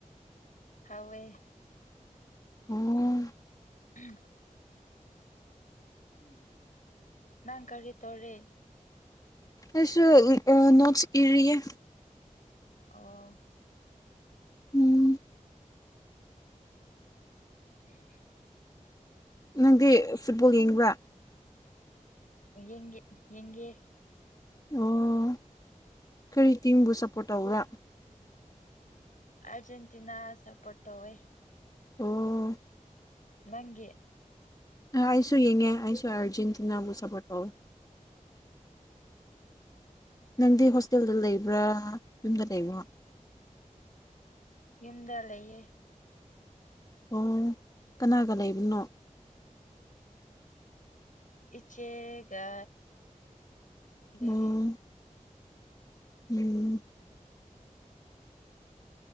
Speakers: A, on the left; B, on the left.
A: ꯍꯥꯎꯋꯦ
B: ꯑꯣꯝ
A: ꯎꯝ ꯅꯪ ꯀꯔꯤ ꯇꯣꯔꯦ
B: ꯑꯩꯁꯨ ꯅꯣꯠꯁ ꯏꯔꯤꯌꯦ
A: ꯑꯣ
B: ꯎꯝ
A: <unintelligible>
B: ꯅꯪꯗꯤ ꯐꯨꯠꯕꯣꯜ ꯌꯦꯡꯕ꯭ꯔꯥ
A: ꯌꯦꯒꯦ ꯌꯦꯒꯦ
B: ꯑꯣ ꯀꯔꯤ ꯇꯤꯡꯕꯨ ꯁꯞꯄꯣꯔꯠ ꯇꯧꯕ꯭ꯔꯥ
A: ꯑꯔꯖꯦꯟꯇꯤꯅꯥ ꯁꯄꯣꯔꯠꯇ ꯇꯧꯋꯦ
B: ꯑꯣ
A: ꯅꯪꯒꯤ
B: ꯑꯩꯁꯨ ꯌꯦꯡꯉꯦ ꯑꯩꯁꯨ ꯑꯔꯖꯦꯟꯇꯤꯅꯥ ꯕꯨ ꯁꯄꯣꯔꯠ ꯇꯧꯋꯦ ꯅꯪꯗꯤ ꯍꯣꯁꯇꯦꯜꯗ ꯂꯩꯕ꯭ꯔꯥ ꯌꯨꯝꯗ ꯂꯩꯕ꯭ꯔꯥ
A: ꯌꯨꯝꯗ ꯂꯩꯌꯦ
B: ꯑꯣ ꯀꯅꯥꯒ ꯂꯩꯕꯅꯣ
A: ꯏꯆꯦꯒ ꯂꯩꯔꯤ
B: ꯑꯣ ꯎꯝ